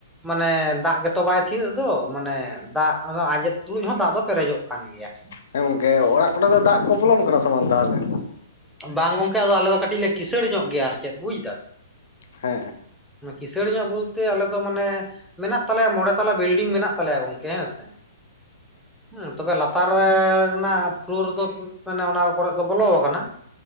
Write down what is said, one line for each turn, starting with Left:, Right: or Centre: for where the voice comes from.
Centre: ᱢᱟᱱᱮ ᱫᱟᱜ ᱜᱮᱛᱚ ᱵᱟᱭ ᱛᱷᱤᱨ ᱮᱫ ᱫᱚ ᱢᱟᱱᱮ ᱫᱟᱜ ᱚᱱᱟ ᱟᱸᱡᱮᱫ ᱛᱩᱞᱩᱡ ᱦᱚᱸ ᱫᱟᱜ ᱫᱚ ᱯᱮᱨᱮᱡᱚᱜ ᱠᱟᱱ ᱜᱮᱭᱟ᱾
Left: ᱦᱮᱸ ᱜᱚᱝᱠᱮ ᱚᱲᱟᱜ ᱠᱚᱨᱮ ᱫᱚ ᱫᱟᱜ ᱠᱚ ᱵᱚᱞᱚᱱ ᱠᱟᱱᱟ ᱥᱮ ᱵᱟᱝᱼᱟ, ᱛᱟᱦᱮᱞᱮ?
Centre: ᱵᱟᱝ ᱜᱚᱝᱠᱮ ᱟᱫᱚ ᱟᱞᱮ ᱫᱚ ᱠᱟᱹᱴᱤᱡ ᱞᱮ ᱠᱤᱥᱟᱹᱲ ᱧᱚᱜ ᱜᱮᱭᱟ ᱟᱨ ᱪᱮᱫ ᱵᱩᱡ ᱮᱫᱟᱢ᱾
Left: ᱦᱮᱸ,
Centre: ᱠᱤᱥᱟᱹᱲ ᱧᱚᱜ ᱵᱩᱞ ᱛᱮ ᱟᱞᱮ ᱫᱚ ᱢᱟᱱᱮ ᱢᱮᱱᱟᱜ ᱛᱟᱞᱮᱭᱟ ᱢᱚᱬᱮ ᱛᱟᱞᱟ ᱵᱤᱞᱰᱤᱝ ᱢᱮᱱᱟᱜ ᱛᱟᱞᱮᱭᱟ ᱜᱚᱝᱠᱮ ᱦᱮᱸ ᱥᱮ, ᱦᱮᱸ ᱛᱚᱵᱮ ᱞᱟᱛᱟᱨ ᱨᱮᱻᱱᱟᱜ ᱯᱷᱚᱞᱳᱨ ᱫᱚ ᱢᱟᱱᱮ ᱚᱱᱟ ᱠᱚᱨᱮ ᱫᱚ ᱵᱚᱞᱚ ᱟᱠᱟᱱᱟ,